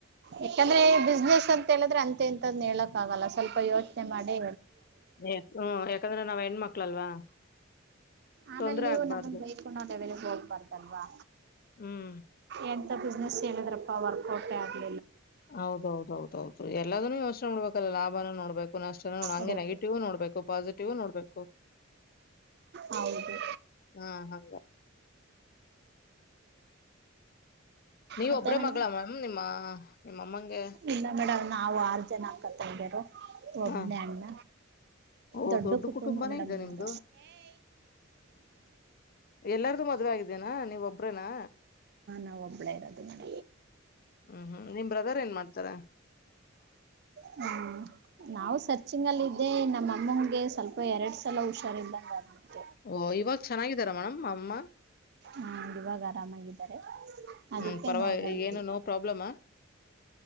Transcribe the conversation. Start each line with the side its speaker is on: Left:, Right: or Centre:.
Right: ಯಾಕಂದ್ರೆ ಬಿಸ್ನೆಸ್ ಅಂತ ಹೇಳಿದ್ರೆ ಅಂತೆ ಎಂತದ ಹೇಳಕ್ ಆಗಲ್ಲ ಸ್ವಲ್ಪ ಯೋಚನೆ ಮಾಡೇ
Left: ಯ ಹ್ಮ ಯಾಕಂದ್ರೆ ನಾವ್ ಹೆಣ್ಮಕ್ಳಲ್ವಾ
Right: ಆಮೇಲೆ
Left: ತೊಂದ್ರೆ
Right: ನೀವು
Left: ಆಗ್ಬಾರ್ದು
Right: ನನ್ನನ್ ಬೈಕುಣದ ವಲೆಗ್ ಹೋಗ್ಬಾರ್ದಲ್ವಾ
Left: ಹ್ಮ್
Right: ಎ ಇ ಬಿಸ್ನೆಸ್ ಹೇಳಿದ್ರಪ್ಪಾ ವರ್ಕೌಟಟ್ ಆಗಿ
Left: ಹೌದೌದೌದೌದು ಎಲ್ಲದನ್ನುೂ ಯೋಚನೆ ಮಾಡ್ಬೇಕಲ್ಲ ಲಾಭನ ನೋಡ್ಬೇಕು ಪುನಃಸ್ ನಂಗೆ
Right: ಅದಕ್ಕೆ
Left: ನೆಗೆಟಿವ್ ನೋಡ್ಬೇಕು ಪಾಸಿಟಿವ್ ನೋಡ್ಬೇಕು
Right: ಹೌದು
Left: ಹಾ ಹಾ ನೀವ
Right: ಮತ್ತೆ
Left: ಒಬ್ರೇ
Right: ಮೇಡಮ್
Left: ಮಗಳ ಮ್ಯಾಮ್ ನಿಮ್ಮ ನಿಮ್ಮ ಅಮ್ಮಂಗೆ
Right: ಇಲ್ಲ ಮೇಡಮ್ ನಾವು ಆರು ಜನ ಅಕತ್ದೇರ ಒಬನೇ
Left: ಹಾ
Right: ಅಣ್ಣ
Left: ಓ
Right: ದೊಡ್ಡ ಕುಟುಂಬ
Left: ಕುಟುಂಬನೇ
Right: ಮೇಡಮ್
Left: ಇದೆ
Right: ನಿಮ್ದ
Left: ನಿಮ್ದು ಎಲ್ಲಾರ್ದು ಮದ್ವೆ ಆಗಿದ್ದೇನಾ ನೀವ ಒಬ್ರೇನಾ
Right: ನ ಒಂಬಳೇ ಇರ ಅದು ನಡ
Left: ಹ್ಮ್ ಹ್ಮ್ ನಿಮ್ ಬ್ರದರ್ ಏನ್ ಮಾಡ್ತಾರ
Right: ಹ್ಮ್ ನಾವು ಸರ್ಚಿಂಗ ಅಲ್ಲಿ ಇದಿದ್ದೇ ನಮ್ಮ ಅಮ್ಮಂಗೆ ಸ್ವಲ್ಪ ಎರಡ್ ಸಲ ಹುಷಾರ ಇದ್ದಂಗ ಅ
Left: ಓ ಇವಾಗ ಚೆನ್ನಾಗಿದಾರ ಮೇಡಮ್ ಅಮ್ಮ
Right: ಹ್ಮ್ ಇವಾಗ ಆರಾಮಾಗಿದ್ದಾರೆ ಅದಕ್ಕೆ
Left: ಹ್ಮ್, ಪರವಾಗಿ
Right: ನೋಡೋಣ
Left: ಏನು
Right: ಅಂತ.
Left: ನೋ ಪ್ರಾಬ್ಲಮಾ?